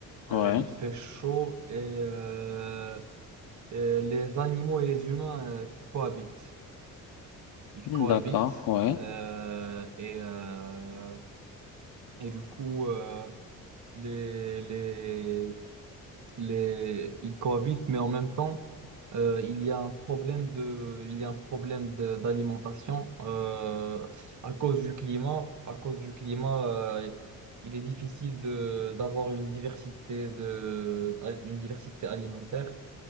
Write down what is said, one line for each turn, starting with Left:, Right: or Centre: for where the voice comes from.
Left: Ouais.
Right: Euh, il fait chaud et euh, Euh, les animaux et les humains euh, cohabitent. Ils
Left: Hmm,
Right: cohabitent
Left: D'accord, ouais.
Right: euh, et, euh, et du coup, euh, les, les, les, ils cohabitent, mais en même temps, euh, il y a un problème de, il y a un problème de- d'alimentation euh, à cause du climat. À cause du climat, euh, il est difficile de, d'avoir une diversité de, une diversité alimentaire.